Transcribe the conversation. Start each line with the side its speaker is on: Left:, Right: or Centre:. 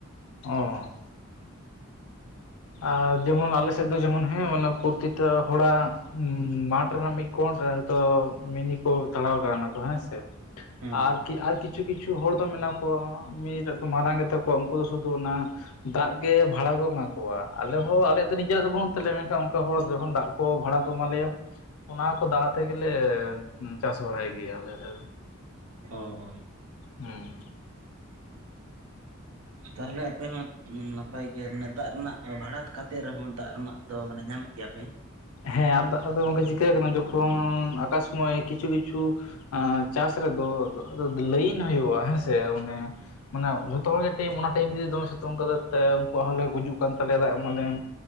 Left: ᱚᱸ ᱟᱨ ᱡᱮ ᱢᱚᱱ ᱟᱞᱮ ᱥᱮᱫ ᱫᱚ ᱡᱮ ᱢᱚᱱ ᱦᱮᱸ ᱢᱟᱱᱮ ᱯᱨᱚᱛᱤᱴᱟ ᱦᱚᱲ ᱟᱜ ᱢᱟᱴᱷ ᱨᱮᱱᱟᱜ ᱢᱤᱫ ᱠᱚᱲ ᱨᱮ ᱦᱳᱭ ᱛᱚ ᱢᱤᱱᱤ ᱠᱚ ᱛᱟᱲᱟᱣ ᱠᱟᱣᱱᱟ ᱦᱮᱸ ᱥᱮ
Right: ᱦᱮᱸ
Left: ᱟᱨ ᱠᱤ ᱟᱨ ᱠᱤ ᱠᱤᱪᱷᱩ ᱠᱤᱪᱷᱩ ᱦᱚᱲ ᱫᱚ ᱢᱮᱱᱟᱜ ᱠᱚᱣᱟ <unintelligible> ᱢᱟᱨᱟᱝ ᱜᱮᱛᱟ ᱠᱚᱣᱟ᱾ ᱩᱱᱠᱩ ᱫᱚ ᱥᱩᱫᱷᱩ ᱚᱱᱟ ᱫᱟᱜ ᱜᱮ ᱵᱷᱟᱲᱟ ᱠᱚᱢᱟ ᱠᱚᱣᱟ ᱟᱞᱮ ᱦᱚᱸ ᱟᱞᱮᱭᱟᱜ ᱫᱚ ᱱᱤᱡᱮᱨᱟᱜ ᱫᱚ ᱵᱟᱹᱱᱩᱜ ᱛᱟᱞᱮᱭᱟ᱾ ᱢᱮᱱᱠᱷᱟᱱ ᱚᱱᱠᱟ ᱦᱚᱲ ᱡᱚᱠᱷᱚᱱ ᱫᱟᱜ ᱠᱚ ᱵᱷᱟᱲᱟ ᱠᱚ ᱮᱢᱟ ᱞᱮᱭᱟ᱾ ᱚᱱᱟ ᱠᱚ ᱫᱟᱜ ᱟᱛᱮ ᱜᱮᱞᱮ ᱪᱟᱥ ᱵᱟᱲᱟᱭ ᱜᱮᱭᱟ <unintelligible>
Right: ᱚ ᱚ
Left: ᱦᱩᱸ
Right: ᱛᱟᱦᱞᱮ ᱟᱯᱮ ᱦᱚᱸ ᱱᱟᱯᱟᱭ ᱜᱮᱭᱟ ᱫᱟᱜ ᱨᱮᱱᱟᱜ ᱵᱷᱟᱲᱟ ᱠᱟᱛᱮ ᱨᱮᱦᱚᱸ ᱫᱟᱜ ᱨᱮᱱᱟᱜ ᱫᱚ ᱢᱟᱱᱮ ᱧᱟᱢᱮᱫ ᱜᱮᱭᱟ ᱯᱮ᱾
Left: ᱦᱮᱸ ᱟᱫᱚ ᱟᱫᱚ ᱜᱚᱝᱠᱮ ᱪᱤᱠᱟᱹ ᱟᱠᱟᱱᱟ᱾ ᱡᱚᱠᱷᱚᱱ ᱟᱠᱟ ᱥᱳᱢᱳᱭ ᱠᱤᱪᱷᱩ ᱠᱤᱪᱷᱩ ᱪᱟᱥ ᱨᱮᱫᱚ ᱞᱟᱹᱭᱤᱱ ᱦᱩᱭᱩᱜᱼᱟ ᱦᱮᱸᱥᱮ ᱚᱱᱮ ᱢᱟᱱᱮ ᱡᱷᱚᱛᱚ ᱦᱚᱲ ᱜᱮ ᱴᱟᱭᱤᱢ ᱚᱱᱟ ᱴᱟᱭᱤᱢ ᱡᱩᱫᱤ ᱫᱚᱢᱮ ᱥᱤᱛᱩᱝ ᱠᱟᱫᱟᱭ ᱛᱟᱦᱞᱮ ᱩᱱᱠᱩᱣᱟᱜ ᱦᱚᱸᱞᱮ ᱜᱩᱡᱩᱜ ᱠᱟᱱ ᱛᱟᱞᱮᱭᱟ ᱫᱟᱜ ᱮᱢᱟ ᱞᱮᱢ᱾